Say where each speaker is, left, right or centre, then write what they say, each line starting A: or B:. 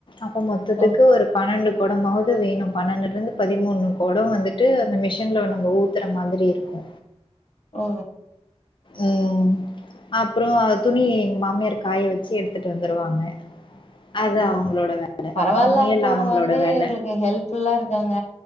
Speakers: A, on the left; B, on the left.
A: அப்ப மொத்தத்துக்கு
B: ஓ
A: ஒரு பன்னெண்டு கொடமாது வேணு பன்னெண்டுல இருந்து பதிமூணு கொடோ வந்துட்டு இந்த மிஷின்ல நம்ம ஊத்தற மாதிரி இருக்கு
B: ஓ
A: ம் அப்றோ துணி எங் மாமியார் காய வெச்சு எடுத்துட்டு வந்துருவாங்க அது
B: ம்
A: அவங்களோட வேல.
B: பரவால்ல
A: சமையல்
B: அப்ப அவங்க
A: அவங்களோட
B: வந்து
A: வேல.
B: உங்களுக்கு ஹெல்ப் ஃபுல்லா இருக்காங்க